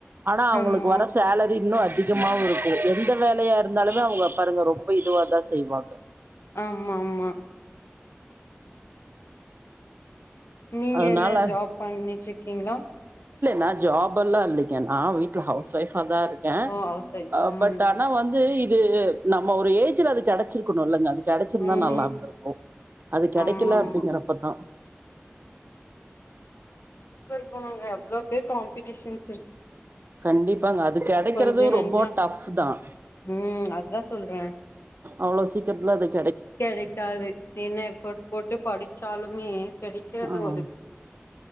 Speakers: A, on the right; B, on the left.
A: ஆனா அவங்களுக்கு
B: ஆமா
A: வர சேலரி இன்னும் அதிக மாவும் இருக்கும் எந்த வேல இருந்தாலமே அவங்க பாருங்க ரொ ப்ப இதுவாதான் செய்வாங்க
B: ஆமா ஆமா நீங்க
A: அதனால
B: என்ன ஜாப் பண்ணிட்டு இருக் ஓகேங்களா
A: நான் ஜாபெல்லாம் இல்ல நான் வீட்ல ஹவுஸ் ஒய்ஃபாதான் இருக்கேன்
B: ஓ ஹவுஸ் ஒய்ஃப்
A: பட்
B: ம்
A: ஆனா வந்து இது நம்ம ஒரு ஏஜ்லா அது கெடைச்சிருக்கு க்கனுலங்க அது கெடைச்சுருந்தா
B: ம்
A: நல்லா இருந்திருக்கும் அது கெடைக்கல
B: ஆமா ஆமா
A: அப்படிங்கறப்பதான்
B: இருக்கனுங்க எவ்வளோ பேர் காம்பிடிஷன்ஸ்
A: கண்டிப்பாங்க அது கெடைக்கிறது
B: கொஞ்ச நஞ்சோ
A: ரொம்ப டப் தான்
B: ம் அதா சொல்றே
A: அவ்ளவு சீக்கிரத்துல அதுக்கு
B: கெடைக்காது என்ன எஃபோர்ட் போட்டு படிச்சாலுமே கெடைக்கிறது
A: ஆமா
B: ஒரு